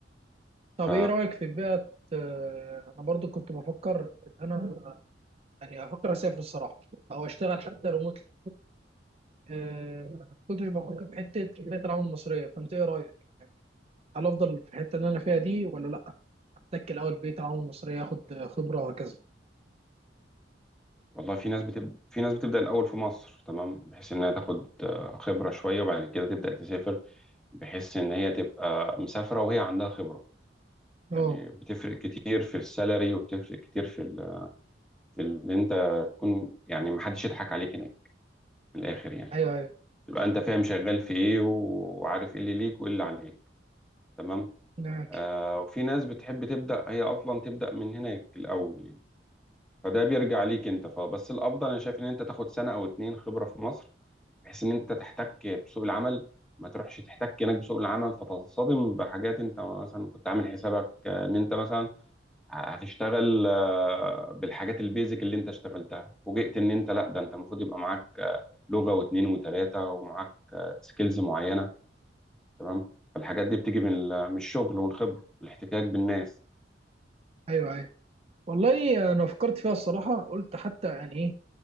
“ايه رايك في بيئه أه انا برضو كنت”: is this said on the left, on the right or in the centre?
Right